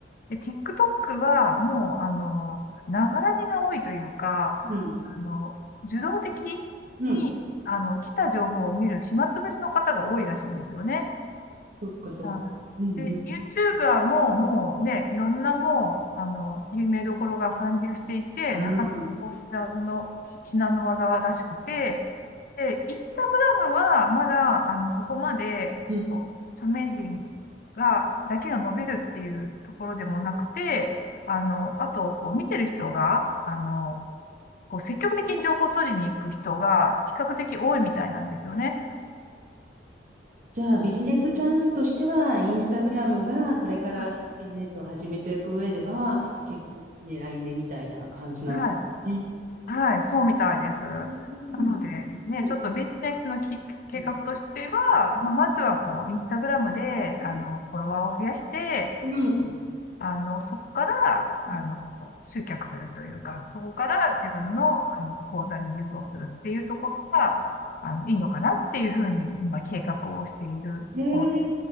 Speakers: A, on the left; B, on the right.
A: で、TikTok はもう、あの、ながらみが多いというか、
B: うん。
A: あの、受動的
B: うん。
A: に、あの、来た情報を見る暇つぶしの方が多いらしいんですよね。
B: そっかそっか。
A: はい。
B: うんうん。
A: で、YouTuber ももうね、いろんなもう、あの、有名どころが参入していて、
B: あー
A: なかなかこう、至難の、し至難の技らしくて、で、インスタグラムはまだ、あの、そこまで、
B: うん
A: こう、著名人が、だけが伸びるっていうところでもなくて、あの、あと、こう、見てる人が、あの、こう、積極的に情報を取りに行く人が、比較的多いみたいなんですよね。
B: じゃあ、ビジネスチャンスとしては、インスタグラムがこれからビジネスを始めていく上では、
A: はい。
B: 結構狙い目みたいな感じなんですね。
A: はい。はい。そうみたいです。な
B: うんうん
A: ので、ね、
B: うん
A: ちょっとビジネスのき、計画としては、
B: う
A: まあ、まずは、こう、インスタグラムで、
B: ん
A: あの、フォロワーを増やして、
B: うん
A: あの、そこから、
B: あ、
A: あの、集客するというか、そこから自分の、あの、講座に誘導するっていうところが、あの、いいのかなっていうふうに、今、計画をしているところ。
B: ねえ、